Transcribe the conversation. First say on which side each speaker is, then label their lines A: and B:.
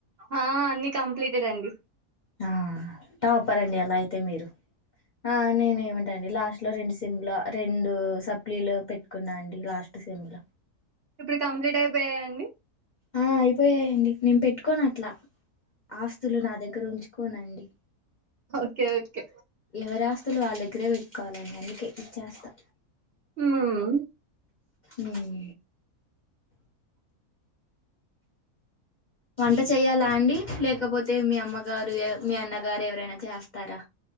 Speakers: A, on the right (about 50°); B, on the left (about 40°).
A: హా అన్ని కంప్లీట్ మీరండి.
B: ఆహ్ టాపర్ అండి. అలా అయితే మీరు ఆహ్ నేనే ఏమంటాండి లాస్ట్ లో రెండు సెమ్లా రెండు సప్లీలు పెట్టుకున్నా అండి. లాస్ట్ సెమ్లా
A: ఇప్పుడు కంప్లీట్ అయిపోయాయాండి.
B: ఆహ్ అయిపోయాయండి. నేను పెట్టుకోను అట్లా ఆస్తులు నా దగ్గర ఉంచ్ కొనండి
A: ఒకే ఒకే
B: ఎవరాస్తులు వాళ్ళ దగ్గరే పెట్టుకోవాలనిండి. అందుకే ఇచ్చేస్తా.
A: ఉహ్
B: ఉహ్ వంట చేయ్యాలా అండి. లేకపోతే మీ అమ్మగారు లే మీ అన్నగారు ఎవరైనా చేస్తారా.